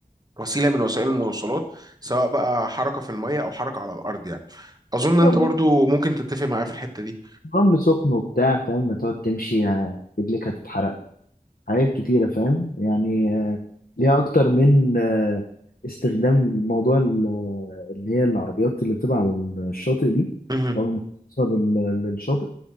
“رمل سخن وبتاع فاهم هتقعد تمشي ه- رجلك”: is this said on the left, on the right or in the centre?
Left